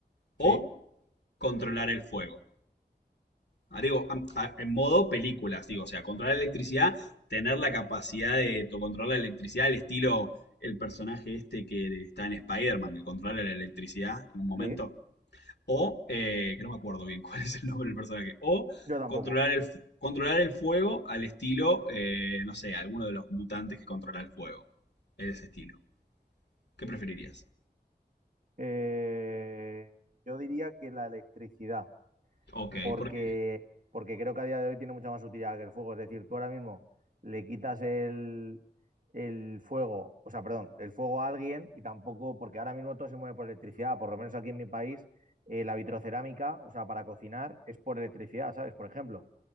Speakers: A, on the left; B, on the right.
A: o
B: Sí.
A: controlar el fuego. Ah, digo, en modo películas, digo, o sea, controlar la electricidad, tener la capacidad de to- controlar la electricidad, el estilo, el personaje este que está en Spider-Man, que controla la electricidad en un momento.
B: Sí,
A: O, eh, que no me acuerdo bien cuál es el nombre del personaje. O
B: Yo tampoco.
A: controlar el, controlar el fuego al estilo, eh, no sé, alguno de los mutantes que controla el fuego. Ese estilo. ¿Qué preferirías?
B: Eh, yo diría que la electricidad,
A: Ok,
B: porque,
A: ¿por qué?
B: porque creo que a día de hoy tiene mucha más utilidad que el fuego. Es decir, tú ahora mismo le quitas el, el fuego, o sea, perdón, el fuego a alguien y tampoco, porque ahora mismo todo se mueve por electricidad, por lo menos aquí en mi país, eh, la vitrocerámica, o sea, para cocinar es por electricidad, ¿sabes? Por ejemplo.